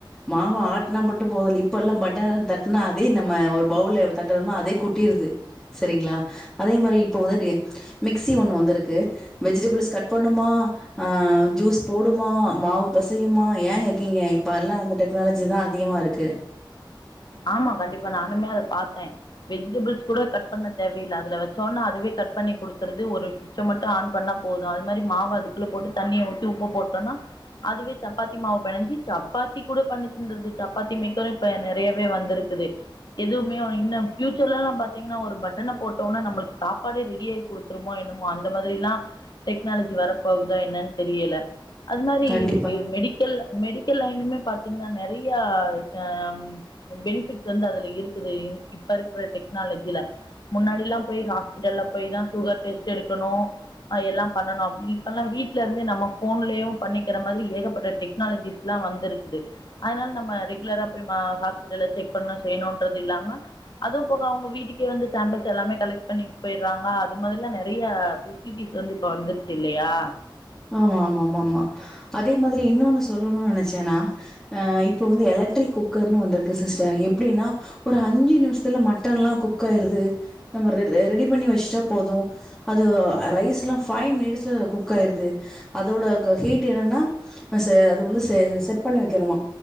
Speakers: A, in the centre; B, on the left.
A: மாவ ஆட்டனா மட்டு போதல இப்ப எல்லா பட்ட தட்டனா அதே நம்ம ஒரு பவுல்ல தட்டுறோனா அதே கொட்டிருது சரிங்களா அதே மாரி இப்ப வந்து மிக்சி ஒண்ணு வந்திருக்கு வெஜிடபிள்ஸ் கட் பண்ணுமா ஆஹ் ஜூஸ் போடுமா மாவு பெசையுமா ஏ கேக்கீங்க இப்ப எல்லா அந்த டெக்னாலஜி தா அதிகமா இருக்கு
B: ஆமா கண்டிப்பா நானுமே அத பாத்த வெஜிடேபிள்ஸ் கூட கட் பண்ண தேவயில்ல அதுல வச்சோனா அதுவே கட் பண்ணி குடுத்துடுது ஒரு சுவிட்ச மட்டு ஆன் பண்ணா போது அது மாரி மாவு அதுக்குள்ள போட்டு தண்ணிய ஊத்தி உப்பு போட்டோனா அதுவே சப்பாத்தி மாவு பெனஞ்சி சப்பாத்தி கூட பண்ணி தந்துது சப்பாத்தி மே இப்ப றையாவே வந்திருக்குது எதுவுமே இன்னு பியூச்சர்லல்லா பாத்தீங்கன்னா ஒரு பட்டன போட்டோனா நம்மளுக்கு சாப்பாடே ரெடி ஆகி குடுத்துருமோ என்னமோ அந்த மாதிரி எல்லா டெக்னாலஜி வரப் போகுதா என்னன்னு தெரியல அது மாரி
A: கண்டிப்பா.
B: எ மெடிக்கல்ல மெடிக்கல் லைனுமே பாத்தீங்கன்னா நறையா இந்தம் பெனிஃபிட் வந்து அதுல இருக்குது இப்ப இருக்கிற டெக்னாலஜில முன்னாடில்லாம் போய் ஹாஸ்பிடல்ல போயி தான் சுகர் டெஸ்ட் எடுக்கணும் அ எல்லாம் பண்ணணும் இப்ப எல்லாம் வீட்ல இருந்தே நம்ம ஃபோன்லயும் பண்ணிக்கிற மாதிரி ஏகப்பட்ட டெக்னாலஜிஸ் எல்லாம் வந்திருக்குது அதனால நம்ம ரெகுலரா போய் ம ஹாஸ் டல்லு செக் பண்ணும் செய்யணும்ன்றது இல்லாம அதுவும் போக அவுங்க வீட்டுக்கே வந்து சாம்பிள்ஸ் எல்லாமே கலெக்ட் பண்ணிட்டு போயிடுறாங்க அது மாதிரிலாம் நறைய ஃபெசிலிட்டிஸ் வந்து இப்ப வந்துருச்சு இல்லையா
A: ஆமாம் ஆம ஆம ஆமாம் அதே மாதிரி இன்னொன்னு சொல்லணும்னு நெனச்சேன்னா அ இப்போ வந்து எலக்ட்ரிக் குக்கர்ன்னு வந்திருக்கு சிஸ்டர் எப்படின்னா ஒரு அஞ்சு நிமிஷத்துல மட்டன்லாம் குக் ஆயிருது நம்ம ரெ ரெடி பண்ணி வச்சுட்டா போதும் அது ரைஸ்லாம் ஃபைவ் மினிட்ஸில குக் ஆயிருது அதோட ஹீட் என்னன்னான்னா அ செ அதுவந்து செ செட் பண்ணி வெக்கணுமா